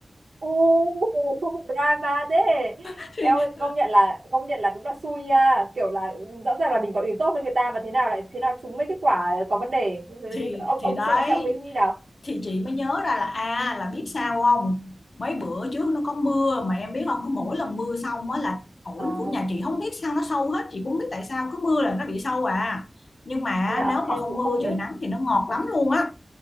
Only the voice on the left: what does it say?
<laughs>
thì,
thì
thì
đấy
thì chị mới nhớ ra là à là biết sao không mấy bữa trước nó có mưa mà em biết không cứ mỗi lần mưa xong á là ổn
của nhà chị không biết sao nó sâu hết chị cũng biết tại sao cứ mưa là nó bị sâu à nhưng mà
nếu
mà không
mưa
trời nắng thì nó ngọt lắm luôn á